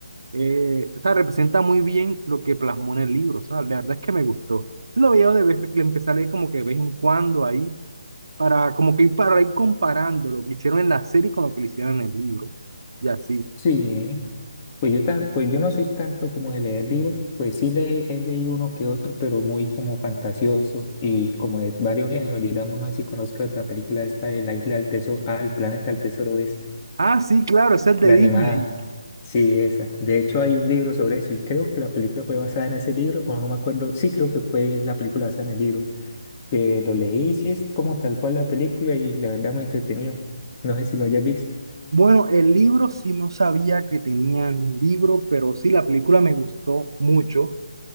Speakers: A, on the right; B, on the left.
A: eh, o sea, representa muy bien lo que plasmó en el libro, o sea, la verdad es que me gustó. Lo veo de vez, le empecé a leer como que de vez en cuando ahí, para como que ir para ir comparando lo que hicieron en la serie con lo que le hicieron en el libro, y así.
B: Sí, Pues yo, tan, pues yo no soy tanto como de leer libros, pues sí le, he leído uno que otro, pero muy como fantasioso y como de varios géneros, digamos, no sé si conozco la película esta de la isla del tesoro, ah, el planeta del tesoro es
A: Ah, sí, claro, ese es de
B: la
A: Disney.
B: animada, sí, esa. De hecho hay un libro sobre eso y creo que la película fue basada en ese libro, o no me acuerdo, sí creo que fue la película basada en el libro, que lo leí, sí es como tal cual la película y la verdad muy entretenido, no sé si lo hayas visto.
A: Bueno, el libro sí no sabía que tenían un libro, pero sí la película me gustó mucho.